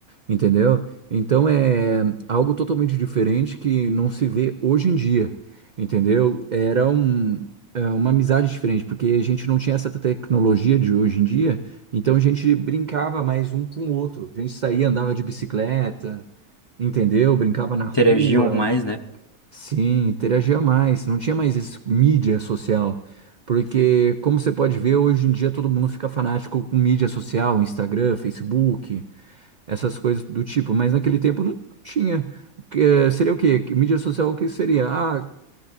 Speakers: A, on the right; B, on the left.
A: Entendeu? Então é algo totalmente diferente que não se vê hoje em dia, entendeu? Era um, é, uma amizade diferente, porque a gente não tinha essa tecnologia de hoje em dia, então a gente brincava mais um com o outro. A gente saía, andava de bicicleta, entendeu? Brincava na
B: Interagiam
A: rua,
B: mais, né?
A: sim, interagia mais. Não tinha mais esse mídia social, porque como você pode ver, hoje em dia todo mundo fica fanático com mídia social, Instagram, Facebook essas coisas do tipo, mas naquele tempo não tinha. Que, eh, seria o quê? Que Mídia social, o que seria? Ah,